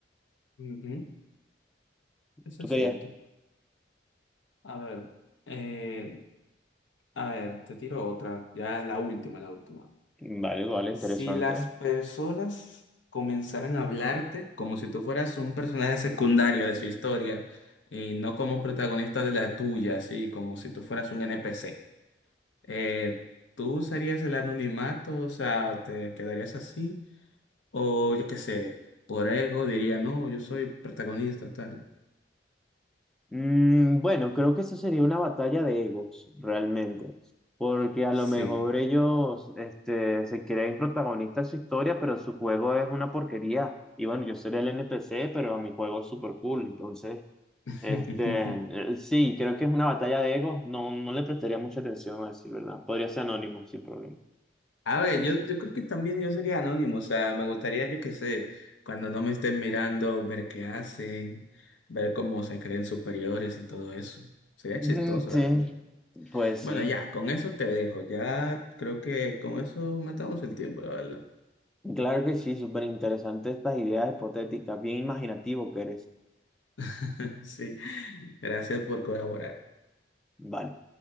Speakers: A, on the left; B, in the centre.
A: Ujú, Eso
B: ¿Tú
A: es
B: querías?
A: cierto. A ver, eh, a ver, te tiro otra, ya la última, la última.
B: Vale, vale,
A: Si
B: interesante.
A: las personas comenzaran a hablarte como si tú fueras un personaje secundario de su historia y no como un protagonista de la tuya, así como si tú fueras un NPC. Eh, ¿tú usarías el anonimato? O sea, ¿te quedarías así? O yo qué sé, por ego diría, no, yo soy protagonista, tal.
B: Mm, bueno, creo que eso sería una batalla de egos, realmente, porque a
A: Sí.
B: lo mejor ellos, este, se creen protagonistas de su historia, pero su juego es una porquería. Y bueno, yo sería el NPC, pero a mi juego es súper cool, entonces...
A: <laughs>
B: Este, eh, sí, creo que es una batalla de egos. No, no le prestaría mucha atención a decir verdad. Podría ser anónimo, sin problema.
A: A ver, yo, yo creo que también yo sería anónimo, o sea, me gustaría, yo qué sé, cuando no me estén mirando, ver qué hacen, ver cómo se creen superiores y todo eso. Sería chistoso,
B: Mm,
A: la
B: Sí,
A: verdad.
B: pues
A: Bueno,
B: sí.
A: ya, con eso te dejo, ya creo que con eso matamos el tiempo, la verdad.
B: Claro que sí, súper interesante estas ideas hipotéticas. Bien imaginativo que eres.
A: <laughs> Sí, gracias por colaborar.
B: Vale.